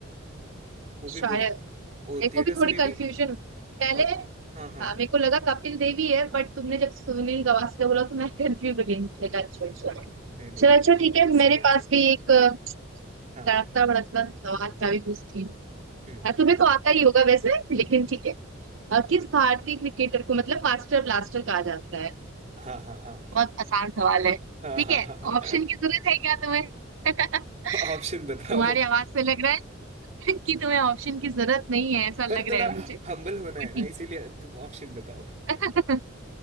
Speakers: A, on the right (about 35°); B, on the right (about 70°).
A: वो
B: शायद
A: भी बहुत
B: मेरे
A: वो थिएटर्स
B: को भी थोड़ी
A: में
B: कंफ्यूजन
A: भी
B: पहले
A: और
B: हाँ,
A: हाँ हाँ
B: मेरे को लगा कपिल देवी है बट तुमने जब सुनील गावस्कर बोला तो मैं कंफ्यूज हो गई मुझे लगा अच्छा अच्छा
A: नहीं नहीं
B: चलो अच्छा ठीक है मेरे
A: सही
B: पास
A: आंसर
B: भी एक अ,
A: हाँ
B: तड़कता भड़कता सवाल का भी कुछ थी
A: हम्म
B: अ, तुम्हें तो आता ही होगा वैसे लेकिन ठीक है अ, किस भारतीय क्रिकेटर को मतलब मास्टर ब्लास्टर कहा जाता है
A: हाँ हाँ हाँ
B: बहुत आसान सवाल है
A: हाँ
B: ठीक
A: हाँ
B: है
A: हाँ
B: ऑप्शन की जरूरत है क्या तुम्हें <laughs>
A: ऑप्शन बताओ
B: तुम्हारी आवाज से लग रहा है <laughs> कि तुम्हें ऑप्शन की जरूरत नहीं है ऐसा लग
A: पर थोड़ा
B: रहा है मुझे
A: हम्बल होना
B: पर
A: है
B: ठीक
A: ना इसीलिए तुम ऑप्शन बताओ
B: <laughs>